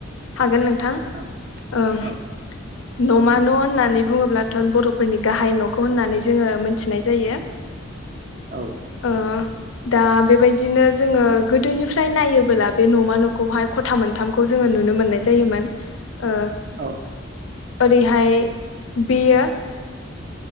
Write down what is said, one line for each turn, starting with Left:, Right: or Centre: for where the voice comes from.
Left: हागोन नोंथां।
Right: औ
Left: ओम
Right: औ
Left: नमा न होननानै बुङोब्लाथ बर'फोरनि गाहाय न'खौ होननानै जोंङो मोनथिनाय जायो।
Right: औ
Left: ओ दा बेबायदिनो जोंङो गोदोनिफ्राय नायोबोला बे न'मा न'खौहाय ख'था मोनथामखौ जोंङो नुनो मोननाय जायोमोन। ओ
Right: औ
Left: ओरैहाय बियो